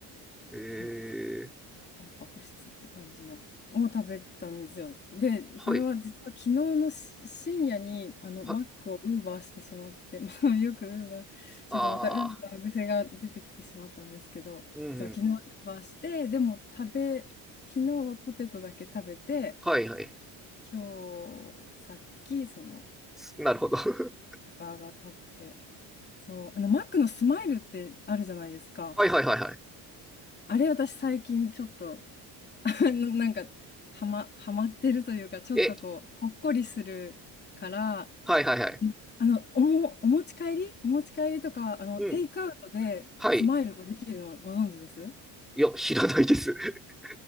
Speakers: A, in the centre; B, on the left.
A: う。えー、
B: 入って。タンパク質って感じのを食べたんですよ。で、
A: はい、
B: これは実は昨日のし深夜にあのマックをウーバーしてしまって、
A: は、
B: <laughs> まあ、よくウーバー、ちょっとまたウーバー癖が出てきてしまったんですけど、
A: あー、うんうん、
B: そう、昨日ウーバーして、でも食べ、昨日はポテトだけ食べて、
A: はいはい。
B: 今日さっきその
A: なるほど。<laughs>
B: バーガー食べて、そう、あのマックのスマイルってあるじゃないですか。
A: はいはいはいはい。
B: あれ私最近ちょっと <laughs> なんかはま、はまってるというかちょっとこうほっこりするから
A: え、はいはいはい。
B: あのおも、お持ち帰りお持ち帰りとかあのテイクアウトでスマイルができるのご存知です
A: うん、はい。いや、知らないです。<laughs>